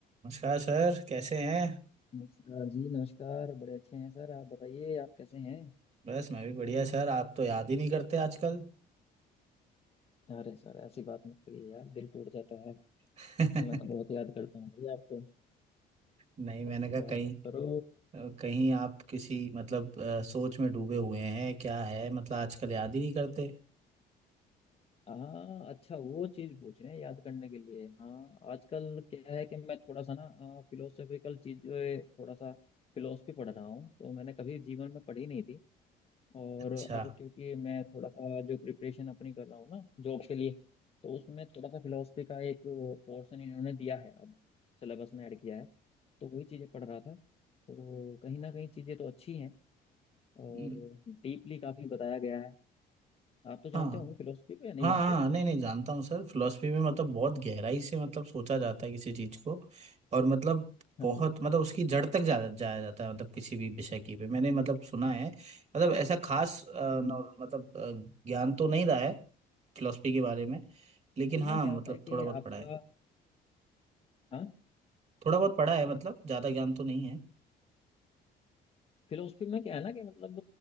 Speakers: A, on the right (about 40°); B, on the left (about 35°).
A: नमस्कार सर कैसे हैं
B: नमस्कार जी नमस्कार बड़े अच्छे हैं सर आप बताइए आप कैसे हैं
A: बस मैं भी बढ़िया सर आप तो याद ही नहीं करते आजकल
B: अरे सर ऐसी बात मत करिए यार दिल टूट जाता है
A: <laughs> नहीं
B: मैं तो बहुत याद करता हूँ भाई आपको
A: मैंने
B: ऐसी
A: कहा
B: बात
A: कहीं
B: मत करो
A: कहीं आप किसी मतलब अ, सोच में डूबे हुए हैं क्या है मतलब आजकल याद ही नहीं करते
B: हाँ अच्छा वो चीज़ पूछ रहे हैं याद करने के लिए हाँ आजकल क्या है कि मैं थोड़ा सा ना फिलोसॉफिकल चीज़ जो है थोड़ा सा फिलोसफी पढ़ रहा हूँ तो मैंने कभी जीवन में पढ़ी नहीं थी और
A: अच्छा
B: अब क्योंकि मैं थोड़ा सा जो प्रिपरेशन अपनी कर रहा हूँ ना जॉब के लिए तो उसमें थोड़ा सा फिलोसफी का एक पोर्शन इन्होंने दिया है अब सिलेबस में ऐड किया है तो वही चीज़ें पढ़ रहा था तो कहीं ना कहीं चीज़ें तो अच्छी हैं और
A: हम्म,
B: डीपली काफ़ी बताया गया है आप तो जानते
A: हाँ
B: होंगे फिलोसफी को या नहीं
A: हाँ
B: जानते
A: हाँ नहीं नहीं जानता हूँ सर फिलोसफी में मतलब बहुत गहराई से मतलब सोचा जाता है किसी चीज को और मतलब
B: हाँ
A: बहुत मतलब उसकी जड़ तक जा, जाया जाता है मतलब किसी भी विषय की पे मैंने मतलब सुना है मतलब ऐसा खास अ,
B: हम्म।
A: नॉल- मतलब अ, ज्ञान तो नहीं रहा है फिलोसफी के बारे में लेकिन
B: असल
A: हाँ
B: में क्या
A: मतलब
B: होता है कि
A: थोड़ा बहुत
B: आपका
A: पढ़ा है
B: हाँ
A: थोड़ा बहुत पढ़ा है मतलब ज्यादा ज्ञान तो नहीं है
B: फिलोसफी में क्या है ना कि मतलब